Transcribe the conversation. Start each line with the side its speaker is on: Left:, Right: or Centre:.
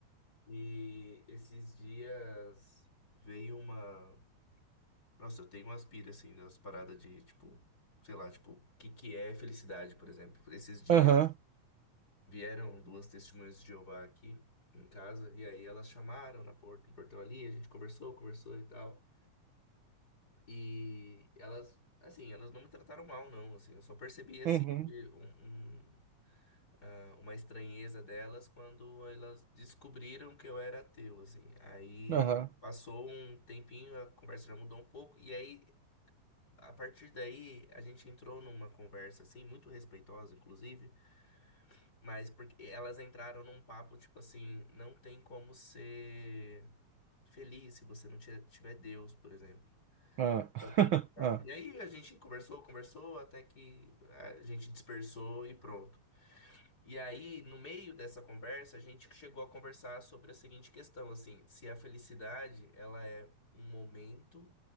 Left: E esses dias veio uma. Nossa, eu tenho umas pira, assim, das paradas de, tipo, sei lá, tipo, o que que é felicidade, por exemplo. Esses dias.
Right: Aham,
Left: vieram duas testemunhas de Jeová aqui em casa, e aí elas chamaram na porta, no portão ali, a gente conversou, conversou e tal. E elas, assim, elas não me trataram mal, não, assim, eu só percebi, assim,
Right: uhum,
Left: que um, um, ah, uma estranheza delas quando elas descobriram que eu era ateu, assim. Aí
Right: aham,
Left: passou um tempinho, a conversa já mudou um pouco, e aí, a partir daí, a gente entrou numa conversa, assim, muito respeitosa, inclusive, Mas porque elas entraram num papo tipo assim, não tem como ser feliz se você não tiver tiver Deus, por exemplo,
Right: ah, <laughs>
Left: na vida e tal.
Right: ah,
Left: E aí a gente conversou, conversou, até que a gente dispersou e pronto. E aí, no meio dessa conversa, a gente chegou a conversar sobre a seguinte questão, assim, se a felicidade, ela é um momento,